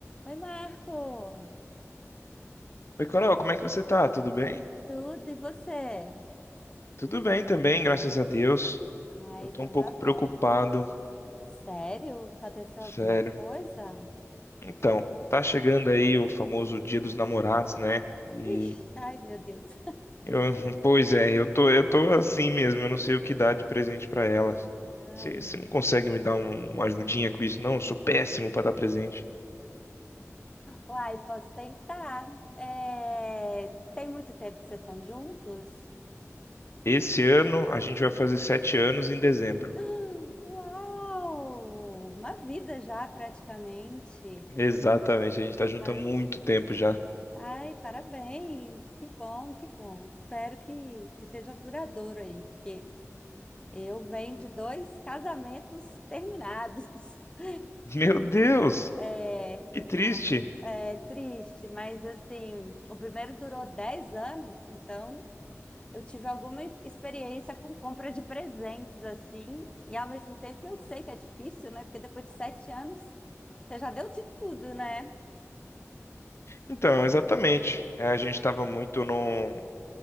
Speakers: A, on the left; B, on the left.
A: Oi, Marco!
B: Oi, Carol, como é que você tá? Tudo bem?
A: Tudo e você?
B: Tudo bem também, graças a Deus.
A: Ah,
B: Eu
A: então
B: tô um pouco
A: tá bom.
B: preocupado,
A: Sério? Aconteceu
B: sério.
A: alguma coisa?
B: Então, tá chegando aí o famoso Dia dos Namorados, né? E
A: Ixi, ai, meu Deus.
B: eu, <laughs> pois é, eu tô, eu tô assim mesmo, eu não sei o que dar de presente pra ela.
A: Ai.
B: Você você não consegue me dar um- uma ajudinha com isso, não? Eu sou péssimo pra dar presente.
A: Uai, posso tentar. É, Tem muito tempo que vocês estão juntos?
B: Esse ano a gente vai fazer sete anos em dezembro.
A: Uau! Uma vida já, praticamente.
B: Exatamente, a gente tá junto
A: Ah,
B: há muito tempo já.
A: ai, parabéns! Que bom, que bom. Espero que, que seja duradouro aí, porque Eu venho de dois casamentos terminados. <laughs>
B: Meu Deus,
A: É,
B: que triste.
A: é triste, mas assim, o primeiro durou 10 anos, então eu tive alguma experiência com compra de presentes, assim, e ao mesmo tempo eu sei que é difícil, né? Porque depois de sete anos, você já deu de tudo, né?
B: Então, exatamente. É, a gente estava muito num,